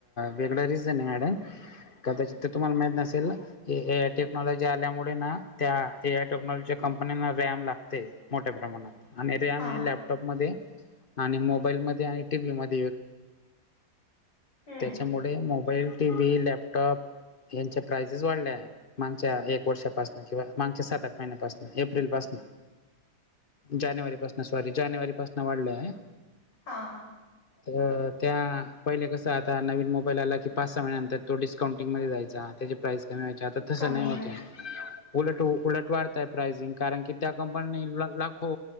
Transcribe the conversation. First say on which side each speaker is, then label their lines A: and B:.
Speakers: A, on the left (about 40°); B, on the left (about 65°).
A: वेगळं रिझन आहे माझ्याकडं. कदाचित ते तुम्हाला माहित नसेल ना. ए आय टेक्नॉलॉजी आल्यामुळे ना, त्या एआय टेक्नॉलॉजीच्या कंपनी्यांना रॅम लागते. मोठ्या प्रमाणात आणि रॅम
B: हा
A: आहे, लॅपटॉप मध्ये आणि मोबाईल मध्ये आणि टीव्ही मध्ये. <unintelligible>
B: हम्म
A: तेच्यामुळे मोबाईल टीव्ही लॅपटॉप. हेचे प्राइसेस वाढले. मागच्या एक वर्षापासनं किंवा मागच्या सात आठ महिन्यापासनं, एप्रिलपाासनं. जानेवारी पाासून सॉरी, जानेवारी पाासून वाढलंय.
B: हां..
A: तर त्या पहिले कसं आता नवीन मोबाईल आला की, पाच सहा महिन्यानंतर तो डिस्काउंटिंग मध्ये जायचा त्यांच्या. प्राईस कमी व्हायची आता, तसं
B: कमी
A: नाही होतंये.
B: व्हायची.
A: उलट उलट वाढतय प्रायसिंग, कारण की त्या कंपनीनी लाखो.